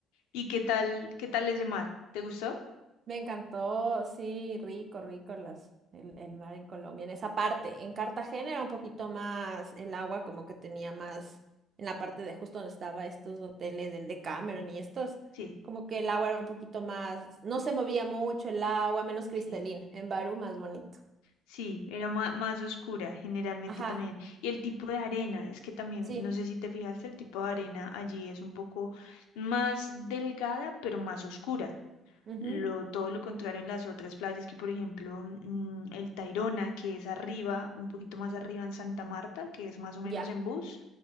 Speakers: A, on the left; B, on the right.
A: ¿Y qué tal, qué tal ese mar? ¿Te gustó?
B: Me encantó, sí, rico, rico las, el, el mar en Colombia, en esa parte. En Cartagena era un poquito más el agua, como que tenía más en la parte de justo donde estaba estos hoteles del Decameron y estos,
A: Sí,
B: como que el agua era un poquito más, no se movía mucho el agua, menos cristalina.
A: sí.
B: En Barú más bonito.
A: Sí, era ma- más oscura generalmente
B: Ajá,
A: también. Y el tipo de arena, es que también,
B: sí,
A: no sé si te fijaste, el tipo de arena allí es un poco más delgada, pero más oscura.
B: ujú,
A: Lo, todo lo contrario en las otras playas, que por ejemplo mm, el Tayrona, que es arriba, un poquito más arriba en Santa Marta, que es más o menos
B: ya.
A: en bus,